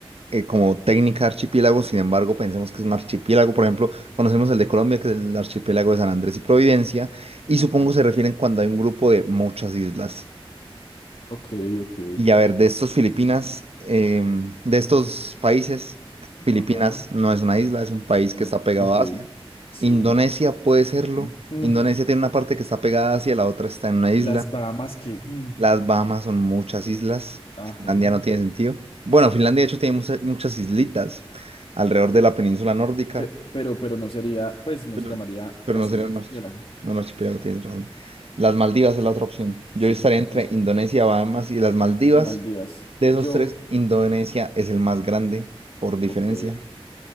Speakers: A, on the right; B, on the left.
A: eh, como técnica de archipiélago, sin embargo, pensemos que es un archipiélago. Por ejemplo, conocemos el de Colombia, que es el archipiélago de San Andrés y Providencia, y
B: Ujú.
A: supongo se refieren cuando hay un grupo de muchas islas.
B: Ok, ok.
A: Y a ver, de estos Filipinas, em, de estos
B: Mm,
A: países, Filipinas
B: Ajá.
A: no es una isla, es un país
B: No.
A: que está pegado
B: Ok.
A: a Asia.
B: Sí.
A: Indonesia puede serlo.
B: Ujú.
A: Indonesia tiene una parte que está pegada a Asia, la otra está en una isla.
B: Las Bahamas que... mm,
A: Las Bahamas son muchas islas.
B: Ajá.
A: Finlandia no tiene sentido. Bueno, Finlandia de hecho tiene mucha- muchas islitas alrededor de la península nórdica,
B: Pero, pero, pero no sería, pues no
A: pero,
B: se llamaría
A: pero
B: así
A: no sería
B: el archipiélago.
A: un archi- no, un archipiélago, tienes razón. Las Maldivas es la otra opción. Yo
B: Sí,
A: estaría entre
B: exacto.
A: Indonesia, Bahamas y las Maldivas.
B: Y Maldivas.
A: De
B: Yo,
A: esos tres, Indonesia es el más grande por diferencia.
B: ok,